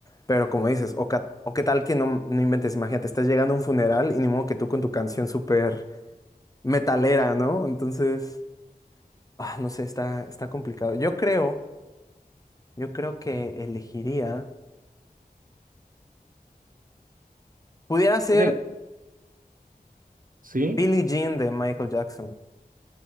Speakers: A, on the left; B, on the right.
A: Pero como dices, o, ca- o qué tal que no, no inventes, imagínate, estás llegando a un funeral y ni modo que tú con tu canción súper metalera, ¿no? Entonces, ah, no sé, está, está complicado. Yo creo, yo creo que elegiría, pudiera ser
B: Yo te- ¿Sí?
A: Billie Jean de Michael Jackson.